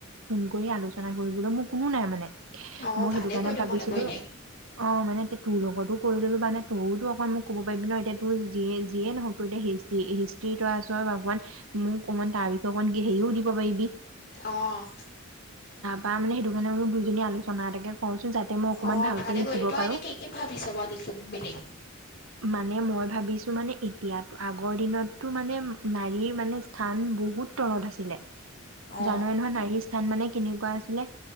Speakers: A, on the right; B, on the left.
A: ফোন কৰি আলোচনা কৰিবলৈ মোৰ কোনো নাই মানে
B: অ
A: মই
B: ভালে
A: সেইটো কাৰণে
B: কৰিলি
A: ভাবিছিলো
B: মোলে কৰিলি
A: অ মানে এতিয়া তোৰ লগতো কৰিললো কাৰনে তইও তো অকণ মোক ক'ব পাৰিবি ন এতিয়া তোৰ যিয়ে যিয়ে নহওক তোৰ এতিয়া হিষ্টৃ হিষ্টৃ তই আছই বাৰু অকমান মোক অকণমান তাৰ বিষয়ে অকণমান কে হেৰিও দিব পাৰিবি
B: অহ
A: তৰ মানে সেইটো কাৰণে বলো দুইজনী আলোচনা এটাকে কচোন যাতে মই অকমান
B: অ
A: ভালকে
B: ভালে
A: লিখিব
B: কৰিলি তই
A: পাৰো
B: এনে কি কি ভাবিছ বাৰু লিখিম বুলি
A: মানে মই ভাবিছো মানে এতিয়াতো আগৰ দিনতটো মানে নাৰীৰ মানে, থান বহুত তলত আছিলে।
B: অ
A: জানয় নহয় নাৰীৰ স্থান মানে কেনেকুৱা আছিলে,